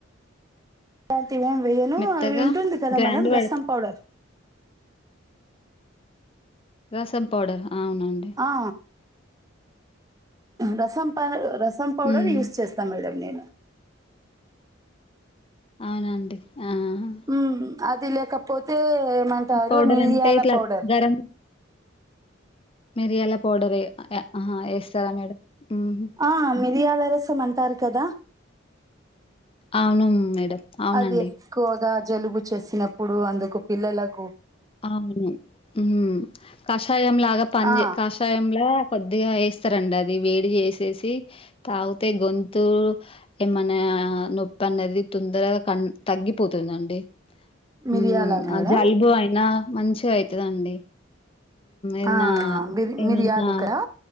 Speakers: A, on the right; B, on the left.
A: ప్రతిమ వేయను
B: మెత్తగా
A: అవి ఉంటుంది కదా
B: గ్రైండ్
A: మేడం
B: పడతా
A: రసం పౌడర్
B: రసం పౌడర్ ఆవునండి
A: ఆ రసం ప రసం పౌడర్
B: హ్మ్.
A: యూస్ చేస్తా మేడం నేను
B: అవునా అండి ఆహాహా
A: ఉమ్ అది లేకపోతే ఏమంటారు,
B: పౌడర్
A: మిలియాల
B: అంటే ఇట్లా
A: పౌడర్.
B: గరం మిరియాల పౌడర్ ఏ అహా ఏస్తారా మేడం? హుహు.
A: ఆ మిరియాల రసం అంటారు కదా
B: అవును మేడం అవునండి.
A: అది ఎక్కువగా జలుబు చేసినప్పుడు అందుకు పిల్లలకు
B: అవును ఉం కష కషాయం లాగా పని
A: ఆ
B: చే కషాయంలో కొద్దిగా వే స్తారండి అది వేడి చేసేసి తాగితే గొంతు ఏమన్నా నొ ది తొందరగా క తగ్గిపోతుందండి
A: మిరియాల
B: ఉం
A: మేడం
B: ఆ జలుబు అయి న మంచిగా అయితదండి ఏన్న
A: ఆ బిర్
B: ఏమన్నా
A: మిరియాలు కదా